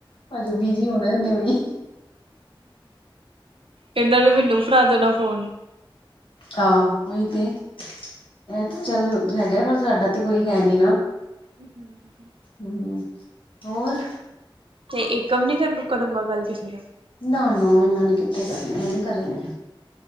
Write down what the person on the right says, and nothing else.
ਇਹਨਾ ਨੇ ਮੈਨੂੰ ਫੜਾ ਦੇਣਾ ਫੋਨ
ਹਮ <inaudible>
ਤੇ ਇੱਕਮ ਨੀ <unintelligible>